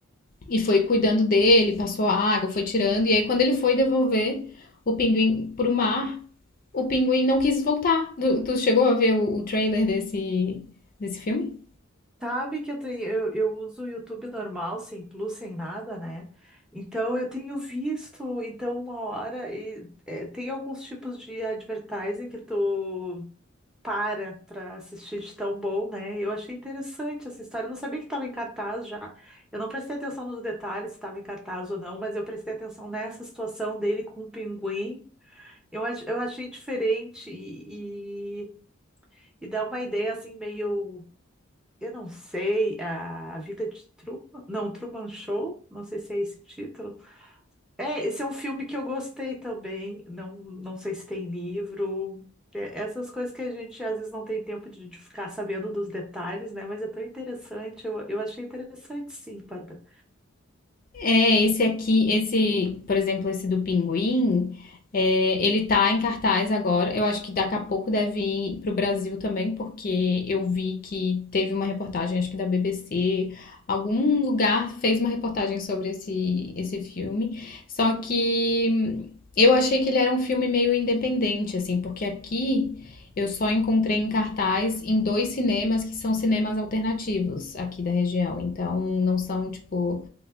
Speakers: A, on the left; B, in the centre.
A: E foi cuidando dele, passou água, foi tirando. E aí, quando ele foi devolver o pinguim pro mar, o pinguim não quis voltar. Tu, tu chegou a ver o, o trailer desse, desse filme?
B: Sabe que eu tenho, eu, eu uso o YouTube normal, sem plus, sem nada, né? Então eu tenho visto, então uma hora e é, tem alguns tipos de advertising que tu para para assistir de tão bom, né? Eu achei interessante essa história. Eu não sabia que estava em cartaz já. Eu não prestei atenção nos detalhes se estava em cartaz ou não, mas eu prestei atenção nessa situação dele com o pinguim. Eu, ach- eu achei diferente e, e, e dá uma ideia assim meio eu não sei, a a Vida de Truman, não, Truman Show, não sei se é esse título. É, esse é um filme que eu gostei também, não, não sei se tem livro, É, essas coisas que a gente às vezes não tem tempo de, de ficar sabendo dos detalhes, né? Mas é tão interessante, eu, eu achei interessante sim, Bárbara.
A: É, esse aqui, esse, por exemplo, esse do Pinguim, é, ele tá em cartaz agora. Eu acho que daqui a pouco deve ir pro Brasil também, porque eu vi que teve uma reportagem, acho que da BBC, algum lugar fez uma reportagem sobre esse, esse filme. Só que hum, eu achei que ele era um filme meio independente, assim, porque aqui eu só encontrei em cartaz em dois cinemas que são cinemas alternativos aqui da região. Então, não são, tipo